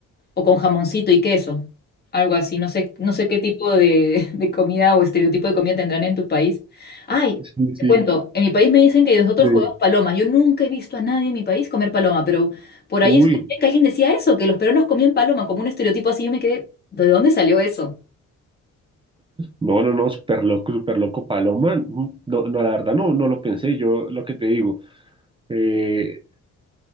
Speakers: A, on the left; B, on the right.
A: o con jamoncito y queso, algo así. No sé, no sé qué tipo de, <laughs> de comida o estereotipo de comida tendrán en tu país. Ay,
B: Sí,
A: te
B: sí.
A: cuento, en mi país me dicen que nosotros
B: sí.
A: comemos paloma. Yo nunca he visto a nadie en mi país comer paloma, pero por
B: Uy,
A: ahí escuché que alguien decía eso, que los peruanos comían paloma, como un estereotipo así. Yo me quedé, ¿de dónde salió eso?
B: no, no, no, súper loco, súper loco, Paloma. Mm, No, no, la verdad, no, no lo pensé. Yo lo que te digo. eh,